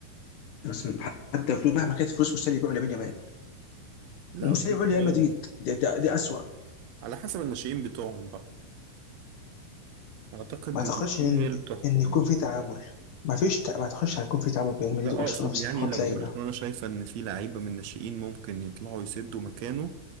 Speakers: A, on the left; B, on the right.
A: بس حتى فلوس مهما كانت الفلوس مستحيل يبيعوا لامين يامال
B: لا
A: ومستحيل
B: قدام
A: يبيعوا
B: الشباب
A: ريال مدريد ده, ده, ده اسوء
B: على حسب الناشئين بتوعهم بقى اعتقد
A: ما اعتقدش
B: ان الناشئين
A: ان
B: هي اللي بتحكم
A: ان يكون
B: يعني
A: في تعامل ما فيش ت... ما اعتقدش هيكون في تعامل بين ريال مدريد
B: لا
A: وبرشلونه
B: اقصد
A: في
B: يعني
A: صفقات
B: لو
A: لعيبه
B: برشلونة شايفة ان في لعيبة من الناشئين ممكن يطلعوا يسدوا مكانه